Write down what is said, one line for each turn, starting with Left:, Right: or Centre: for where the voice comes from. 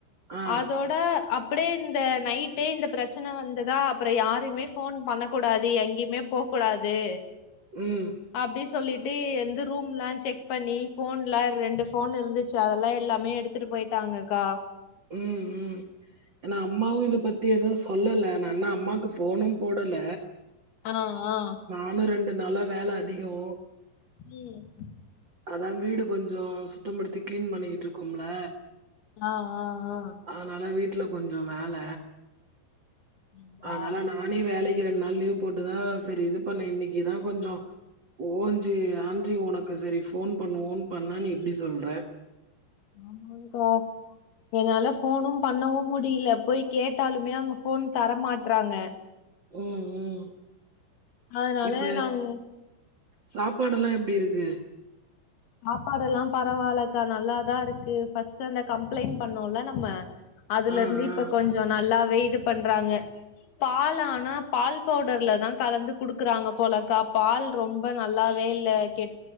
Right: ஆ,
Left: அதோட் ட அப்டியே இந்த நைடே இந்த பிரச்சன வந்ததா அப்பறம் யாரையுமே ஃபோன் பண்ணகூடாது எங்கமேப் போ கூடாது
Right: ம்
Left: அப்டி சொல்லிட்டு எங்க ரூம்ல செக் பண்ணி ஃபோன்லா ரெண்டு ஃபோன் இருந்துச்சி அதெல்லா எல்லாமே எடுத்துட்டு போயிட்டாங்க்கா
Right: ம் ம் ஏனா அம்மாவு இத பத்தி எதுவு சொல்லல நான்னா அம்மாக்கு ஃபோனு போடல
Left: ஆ ஆ
Right: நானு ரெண்டு நாளா வேல அதிகோ
Left: ம்
Right: அதா வீடு கொஞ்சோ சுத்தம் படுத்தி கிளீன் பண்ணிக்கிட்ருக்கோம்ல
Left: ஆ ஆ ஆ
Right: அதனால வீட்டுல கொஞ்சோ வேல
Left: அப்டிங்களா
Right: அதனால நா நானே வேலைக் ரெண்டு நாள் லீவ் போட்டுதா சரி இது பண்ண இன்னைகிதா கொஞ்சோ ஓஞ்சி அஞ்சி உனக்கு சரி ஃபோன் பண்ணுவோன்னு பண்ணா நீ இப்டி சொல்ற
Left: ஆமாங்க்கா என்னால ஃபோனு பண்ணவு முடியல போய் கேட்டாலுமே அங்க ஃபோன் தர மாட்றாங்க
Right: ம் ம்
Left: அதனால
Right: இப்ப
Left: நாங்
Right: சாப்பாடுல்லா எப்டி இருக்கு
Left: சாப்பாடு எல்லா பரவால்லகா நல்லாதா இருக்கு ஃபர்ஸ்ட்டு அந்த கம்ப்ளைண்ட் பண்ணோல நம்ம அதல
Right: ஆ
Left: இருந்து இப்ப
Right: ஆ
Left: கொஞ்சோ நல்லாவே இது பண்றாங்க பால் ஆனா பால் பவுடர்ல தா கலந்து குடுக்குறாங்க போலக்கா பால் ரொம்ப நல்லாவே இல்ல கேட்